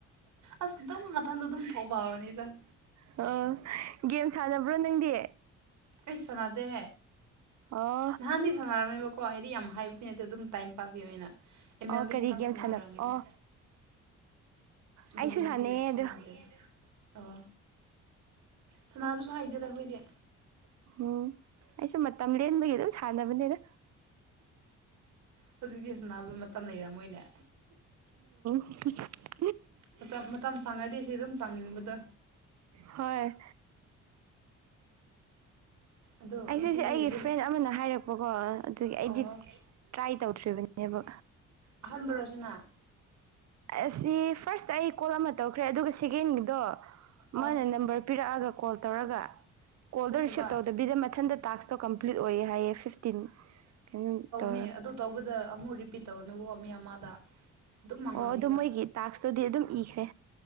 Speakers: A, on the right; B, on the right.
A: ꯑꯁ ꯑꯗꯨꯝ ꯃꯊꯟꯗ ꯑꯗꯨꯝ ꯊꯣꯛꯄ ꯍꯧꯔꯅꯤꯗꯪ
B: ꯑ ꯒꯦꯝꯦꯝ ꯁꯥꯟꯅꯕ꯭ꯔꯣ ꯅꯪꯗꯤ
A: ꯑꯩ ꯁꯥꯟꯅꯗꯦ
B: ꯑꯣ
A: ꯅꯍꯥꯟꯗꯤ ꯁꯥꯟꯅꯔꯝꯃꯦꯕꯀꯣ ꯍꯥꯏꯗꯤ ꯌꯥꯝ ꯍꯥꯏꯕꯗꯤ ꯅꯗꯤ ꯑꯗꯨꯝ ꯇꯥꯏꯝ ꯄꯥꯁꯀꯤ ꯑꯣꯏꯅ ꯑꯦꯝ
B: ꯑꯣ
A: ꯑꯦꯜꯗꯤ
B: ꯀꯔꯤ
A: ꯈꯤꯇꯪ
B: ꯒꯦꯝ
A: ꯁꯥꯟꯟꯅꯔꯛꯑꯝꯕꯅꯤ
B: ꯁꯥꯟꯅ ꯑꯣ ꯑꯩꯁꯨ
A: ꯍꯜ ꯂꯤꯗꯤ
B: ꯁꯥꯟꯅꯩꯌꯦ
A: ꯁꯅꯦ
B: ꯑꯗꯣ
A: ꯑꯣ ꯁꯅꯥꯕꯨꯁꯨ ꯍꯩꯗꯦꯗ ꯑꯩꯈꯣꯏꯗꯤ
B: ꯎꯝ ꯑꯩꯁꯨ ꯃꯇꯝ ꯂꯦꯟꯕꯒꯤ ꯑꯗꯨꯝ ꯁꯥꯟꯅꯕꯅꯤꯅ
A: ꯍꯧꯖꯤꯛꯇꯤ ꯍꯧꯖꯤ ꯅꯥꯕ ꯃꯇꯝ ꯂꯩꯔꯝꯃꯣꯏꯅꯦ
B: <unintelligible>
A: ꯃꯇꯝ ꯃꯇꯝ ꯁꯥꯡꯉꯗꯤ ꯁꯤ ꯑꯗꯨꯝ ꯆꯥꯡꯅꯤꯡꯕꯗꯣ
B: ꯍꯣꯏ
A: ꯑꯗꯣ
B: ꯑꯩꯁꯤꯁꯦ
A: ꯉꯁꯤꯗꯤ
B: ꯑꯩꯒꯤ
A: ꯌꯨꯝ
B: ꯐ꯭ꯔꯦꯟ ꯑꯃꯅ ꯍꯥꯏꯔꯛꯄꯀꯣ ꯑꯗꯨꯒꯤ
A: ꯑꯣ
B: ꯑꯩꯗꯤ ꯇ꯭ꯔꯥꯏ ꯇꯧꯗ꯭ꯔꯤꯕꯅꯤ ꯌꯦꯕ
A: ꯑꯍꯟꯥꯟꯕꯔꯣꯁꯤꯅ
B: ꯑꯁꯤ ꯐꯥꯔꯁꯇ ꯑꯩ ꯀꯣꯜ ꯑꯃ ꯇꯧꯈ꯭ꯔꯦ ꯑꯗꯨꯒ ꯁꯦꯀꯦꯟꯒꯤꯗꯣ
A: ꯑꯣ
B: ꯃꯥꯅ ꯅꯝꯕꯔ ꯄꯤꯔꯛꯑꯒ ꯀꯣꯜ ꯇꯧꯔꯒ ꯀꯣꯜꯗꯣ
A: ꯆꯠꯇꯕ
B: ꯔꯤꯁꯤꯞ ꯇꯧꯗꯕꯤꯗ ꯃꯊꯟꯇ ꯇꯥꯛꯁꯇꯣ ꯀꯝꯄ꯭ꯂꯤꯠ ꯑꯣꯏꯌꯦ ꯍꯥꯏꯌꯦ ꯐꯤꯐꯇꯤꯟ ꯀꯩꯅꯣ ꯇꯧꯔ
A: ꯅꯦ ꯑꯗꯨ ꯇꯧꯕꯗ ꯑꯃꯨꯛ ꯔꯤꯄꯤꯠ ꯇꯧꯅꯨꯀꯣ ꯃꯤ ꯑꯃꯗ ꯑꯗꯨꯝ ꯃꯥꯡꯉꯅꯦꯕ
B: ꯑꯣ ꯑꯗꯨ ꯃꯣꯏꯒꯤ ꯇꯥꯛꯁꯇꯨꯗꯤ ꯑꯗꯨꯝ ꯏꯈ꯭ꯔꯦ